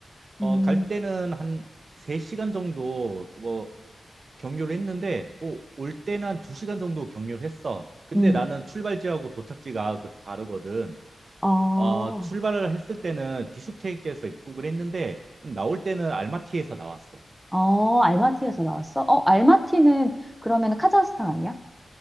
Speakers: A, on the right (about 50°); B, in the centre.
A: 어,
B: 음,
A: 갈 때는 한 3시간 정도 그뭐 경유를 했는데, 뭐 올 때는 한 2시간 정도 경유를 했어. 근데
B: 음.
A: 나는 출발지하고 도착지가 그 다르거든.
B: 아,
A: 어, 출발을 했을 때는 비슈케크에서 입국을 했는데 나올 때는 알마티에서 나왔어.
B: 어, 알마티에서 나왔어? 어, 알마티는 그러면 카자흐스탄 아니야?